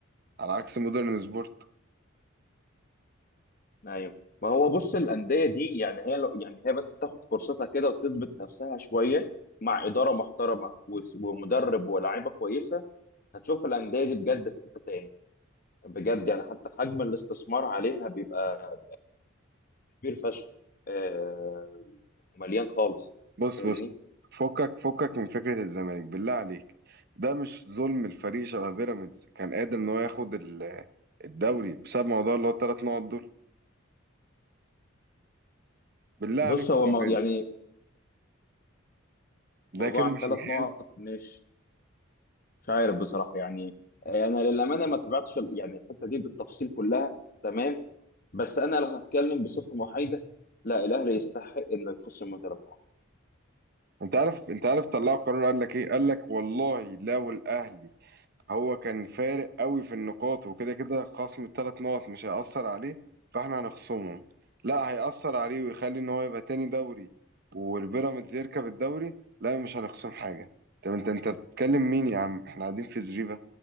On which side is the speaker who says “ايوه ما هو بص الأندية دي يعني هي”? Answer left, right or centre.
Left